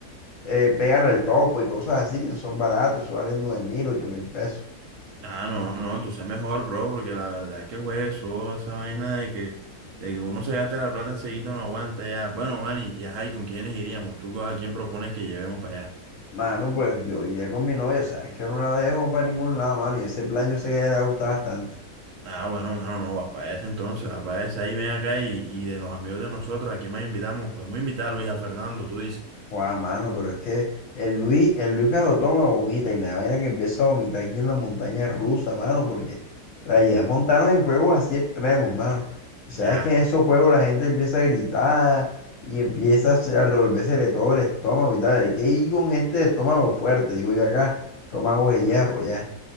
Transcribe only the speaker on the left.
eh, pégale al topo y cosas así que son baratos, eso valen nueve mil, ocho mil pesos.
Mano, pues yo iría con mi novia, sabes que yo no la dejo para ningún lado, mano, y ese plan yo sé que a ella le gusta bastante.
Guau, mano, pero es que el Luis, el Luis cuando toma vomita y me da vaina que empieza a vomitar aquí en la montaña rusa, mano, porque la idea es montarnos en juegos así extremos, mano. Y sabes
que en esos juegos la gente empieza a gritar y empieza a se- a revolvérsele todo el estómago y tal. Hay que ir con gente de estómago fuerte, digo yo acá estómago de hierro, ya.